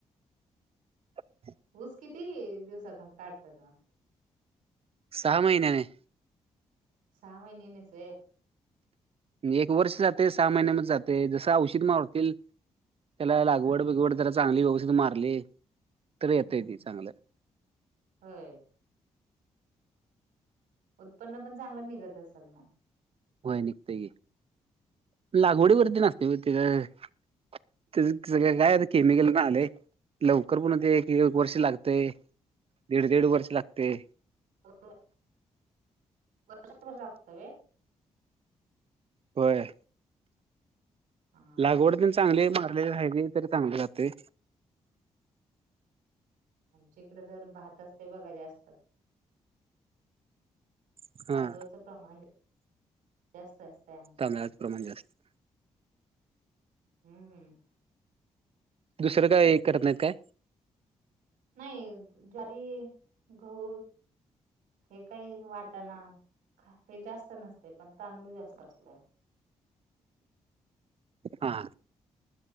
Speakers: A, on the right (about 45°); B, on the right (about 90°).
A: <inaudible>
B: ऊस किती दिवसातून काढतात म
A: सहा महिन्याने
B: सहा महिन्याने ते
A: एक वर्ष जाते सहा महिन्यामध्ये जाते जसं औषध मवतील त्याला लागवड
B: हा हा
A: बिगवड त्याला चांगली व्यवस्थित मारली तर
B: हम्म
A: येतय
B: हम्म.
A: ती चांगलं
B: होय उत्पन्न पण चांगलं निघत असेल मग
A: होय निघते की लागवडी
B: हा.
A: वरती नसते ते आता काय सगळं केमिकल पण आले लवकर पण ते एक एक वर्ष लागतेय दीड दीड वर्ष लागते
B: हो वर्ष पण लागते
A: होय
B: हा.
A: लागवड चांगली मारले राहिज तरी चांगले जाते
B: आमच्या इकडे तर भात असते बघा जास्त
A: हा
B: तांदूळचं प्रमाण जास्त असतंय आमच्याकडे
A: तांदळाचं प्रमाण जास्त
B: हम्म
A: दुसरं काय करत नाहीत काय
B: नाही ज्वारी गहू हे काही वाटाना हे जास्त नसते पण तांदूळ जास्त असत
A: हा